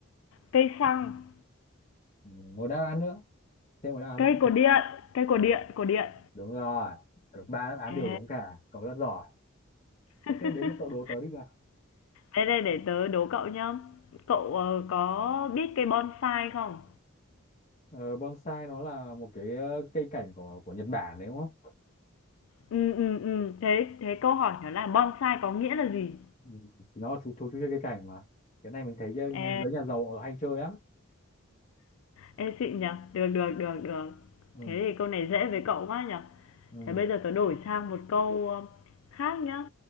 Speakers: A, on the left (about 70°); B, on the left (about 35°).
A: Cây xăng,
B: Ừ, một đáp án nữa thêm một đáp án
A: cây
B: nữa
A: cột điện, cây cột điện, cột điện.
B: đúng rồi Cả ba đáp án
A: Ê.
B: đều đúng cả cậu rất giỏi ok
A: <laughs>
B: đến lượt cậu đố tớ đi nhỉ
A: Đây, đây, để tớ đố cậu nhá. Cậu, ờ, có biết cây bonsai không?
B: Ờ, bonsai nó là một cái ờ, cây cảnh của của Nhật Bản đấy đúng không?
A: Ừ ừ ừ. thế thế câu hỏi nó là bonsai có nghĩa là gì?
B: Ừ. Thì nó là chú chú chú chơi cây cảnh mà. Cái này mình thấy giới
A: Ê.
B: giới nhà giàu ở hay chơi lắm.
A: Ê, xịn nhỉ? Được, được, được, được.
B: Ừ.
A: Thế thì câu này dễ với cậu quá nhở.
B: Ừ.
A: Thế bây giờ tớ đổi sang một câu, ơ, khác nhá.